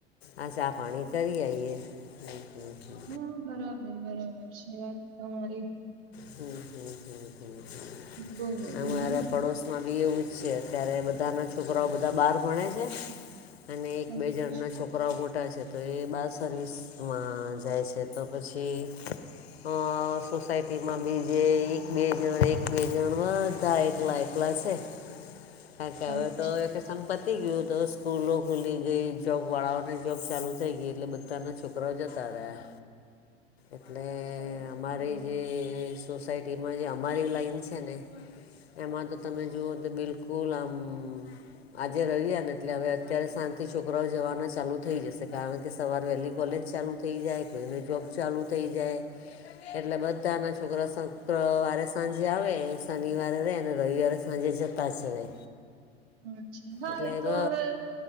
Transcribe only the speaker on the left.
આ ચા પાણી કરી આઈએ હમ્મ
હ હમ હમ હ હ
આમારા પડોશી બી એવું જ છે અત્યારે બધાના છોકરાઓ બધા બહાર ભણે છે અને એક
બે જણના છોક કોરા મોટા છે તો એ બાર સર્વિસમાં જાય છે તો પછી અ સોસાયટી બીજે એક બે જણ એક બે જણ બધા એકલા એકલા છે કાઈ કે હવે
તો ક્સુ સં પતી ગયું તો સ્કૂલો ખુલી ગઈ જોબવાળાઓને જોબ ચાલુ થઈ ગઈ એટલે બધું તતના છોકરાઓ જતા રહિયા એટલે
અમારી
જે સોસાયટીમાં જે અમારી લાઈન છે ને એમાં તો તમે જુઓ તો બિલકુલ આમ આજે રવિવાર ને એટલે હવે અત્યારે સાંજથી છોકરાઓ જવાના ચાલુ થઈ જશે કારણ કે સવાર વહેલી કોલેજ ચાલુ થ જાય કોઈને જોબ ચાલુ થઈ જાય એટલે બધા બધા ના છોકરા શુક્રવારે સાંજે આવે શનિવારે રહે અને રવિવારે સાંજે જતા જ રહે.
એટલે
બ